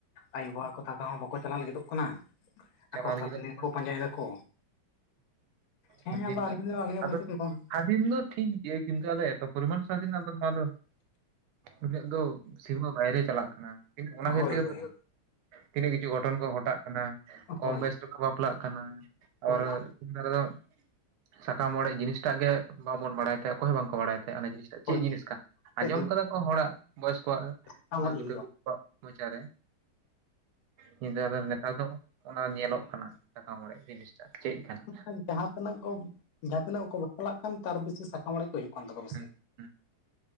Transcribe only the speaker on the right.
ᱪᱟᱞᱟᱣ
ᱞᱟᱹᱜᱤᱫᱚᱜ ᱠᱟᱱᱟ
ᱦᱩᱸ ᱫᱤᱱ
ᱨᱮᱱᱟᱜ
ᱟᱫᱚ
ᱥᱟᱫᱷᱤᱱ ᱫᱚ ᱴᱷᱤᱠ ᱜᱮᱭᱟ ᱠᱤᱱᱛᱩ ᱟᱫᱚ ᱮᱛ ᱯᱚᱨᱤᱢᱟᱱ ᱥᱟᱫᱷᱤᱱ ᱟᱫᱚ ᱱᱚᱣᱟ ᱫᱚ ᱩᱱᱟᱹᱜ ᱫᱚ ᱥᱤᱢᱟᱹ ᱵᱟᱭᱨᱮ ᱪᱟᱞᱟᱜ ᱠᱟᱱᱟᱤᱱᱛᱩ ᱚᱱᱟ
ᱠᱷᱟᱹᱛᱤᱨ
ᱛᱤᱱᱟᱹᱜ ᱠᱤᱪᱷᱩ ᱜᱷᱚᱴᱚᱱ ᱠᱚ ᱜᱷᱚᱴᱟᱜ ᱠᱟᱱᱟ ᱠᱚᱢ
ᱵᱚᱭᱮᱥ ᱛᱮᱠᱚ ᱵᱟᱯᱞᱟᱜ ᱠᱟᱱᱟ ᱟᱵᱟᱨ
ᱫᱚ ᱥᱟᱠᱟᱢ ᱚᱲᱮᱡ ᱡᱤᱱᱤᱥᱴᱟᱜ ᱜᱮ ᱵᱟᱵᱚᱱ ᱵᱟᱲᱟᱭ ᱛᱟᱦᱮᱸ ᱚᱠᱚᱭ ᱦᱚᱸ ᱵᱟᱝᱠᱚ ᱵᱟᱲᱟᱭ ᱛᱟᱦᱮᱸ ᱚᱱᱟ ᱡᱤᱱᱤᱥ ᱪᱮᱫ
ᱡᱤᱱᱤᱥ ᱠᱟᱱᱟ
ᱟᱸᱡᱚᱢ
ᱠᱟᱫᱟ ᱠᱚ ᱦᱚᱲᱟᱜ ᱵᱚᱭᱚᱥ ᱠᱚᱣᱟᱜ
ᱫᱩᱴᱟᱹ
ᱠᱚ ᱟᱜ ᱢᱚᱪᱟ ᱨᱮ ᱠᱤᱱᱛᱩ ᱟᱫᱚ ᱱᱮᱛᱟᱨ ᱫᱚ ᱚᱱᱟ ᱧᱮᱞᱚᱜ ᱠᱟᱱᱟ ᱥᱟᱠᱟᱢ ᱚᱲᱮᱡ ᱡᱤᱱᱤᱥᱴᱟᱜ ᱪᱮᱫ ᱠᱟᱱᱟ᱾
ᱦᱩᱸ ᱦᱩᱸ